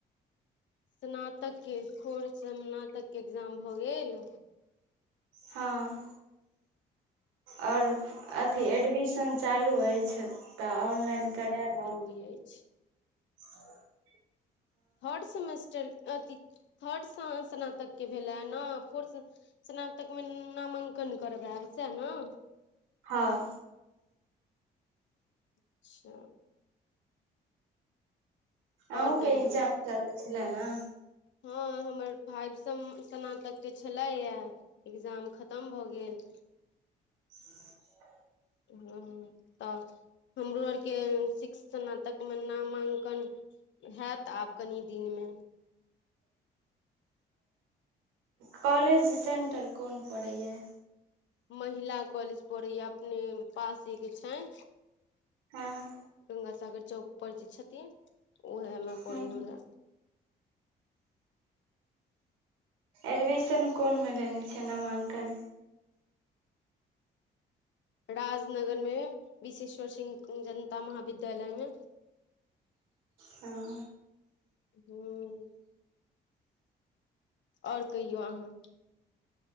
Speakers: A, on the left; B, on the right.
A: स्नातक के खोर स्नातक के एग्जाम भऽ गेल
B: हँ अओर अथी एडमिशन चालू अछि तऽ ऑनलाइन कराय लियो
A: बु अछि <unintelligible>
B: आ <inaudible>
A: थर्ड सेमेस्टर अथी थर्ड स्नातकके भेलै ने फोर्थ स्नातकमे नामाङ्कन करबै आब स ने
B: हँ
A: अच्छा
B: आहूं
A: आओर
B: के
A: कहियौ
B: एग्जाम चालू छलै न
A: हँ हमर भाइ सम सनातक जे छलेया एग्जाम खतम भऽ गेल
B: <inaudible>
A: हँ तऽ हमरो आरके शिक स्नातकमे नामांकन हैत आब कनि दिनमे
B: कॉलेज सेन्टर कौन पड़ैए
A: महिला कॉलेज पड़य ये अपने पासे के छै
B: हँ
A: गंगा सागर चौक पर जे छथिन उहेमे
B: हूँ
A: पड़े हमरा
B: एडमिशन कोन मे लेने छै नामांकन
A: राजनगर मे विशेश्वर सिंह जनता महाविद्यालय मे
B: हँ
A: हूं ओर कहियौ अहाँ